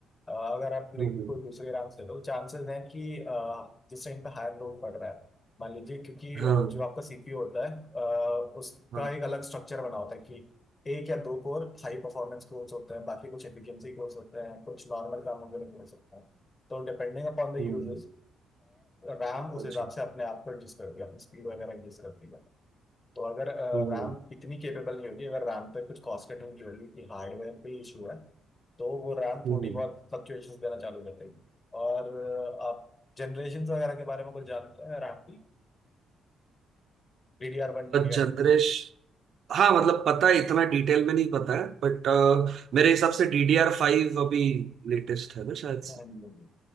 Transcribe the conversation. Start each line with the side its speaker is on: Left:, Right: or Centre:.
Left: अ, अगर आप लाइक
Right: हम्म
Left: कोई दूसरे रैम से तो चांसेस हैं कि अ, जिस टाइम पे हायर लोड पड़ रहा है मान लीजिए क्योंकि
Right: हाँ
Left: अ, जो आपका सीपीयू होता है अ, उसका
Right: हाँ
Left: एक अलग स्ट्रक्चर बना होता है कि एक या दो कोर हाई परफॉर्मेंस कोर्स होते हैं बाकी कुछ एफिशिएंसी कोर्स होते हैं कुछ नॉर्मल कामों के लिए कोर्स होते हैं तो depending upon the users
Right: हम्म
Left: RAM उस
Right: अच्छा
Left: हिसाब से अपने आप को एडजस्ट करती है अपनी स्पीड वगैरह एडजस्ट करती है तो अगर
Right: हम्म
Left: रैम इतनी केपेबल नहीं होगी अगर रैम पे कुछ कॉस्ट कटिंग की होगी कि हार्डवेयर पे इशू है तो वो रैम
Right: हम्म
Left: थोड़ी बहुत फ्लक्चुएशन देना चालू कर देगी और अ, आप जनरेशन वगैरह के बारे में कुछ जानते हैं रैम की D D R one D D
Right: जनरेश
Left: R two
Right: हाँ मतलब पता है इतना डिटेल में नहीं पता है बट मेरे हिसाब से डीडीआर फाइव अभी लेटेस्ट है ना शायद
Left: हाँ
Right: से
Left: जी